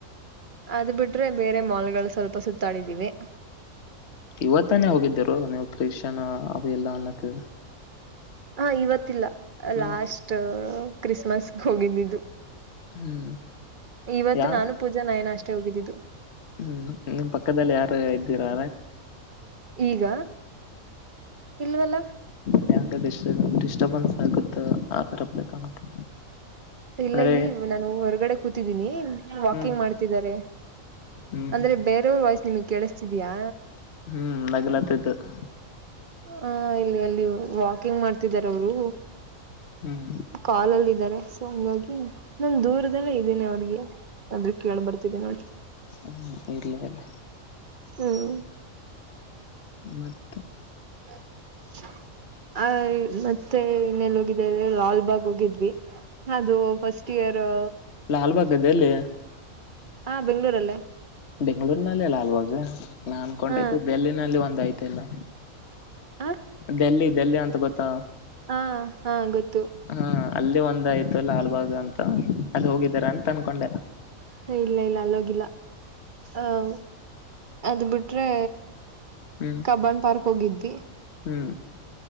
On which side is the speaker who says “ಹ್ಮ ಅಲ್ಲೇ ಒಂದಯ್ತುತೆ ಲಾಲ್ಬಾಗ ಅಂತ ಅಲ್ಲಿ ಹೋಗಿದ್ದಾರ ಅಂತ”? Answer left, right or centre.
Left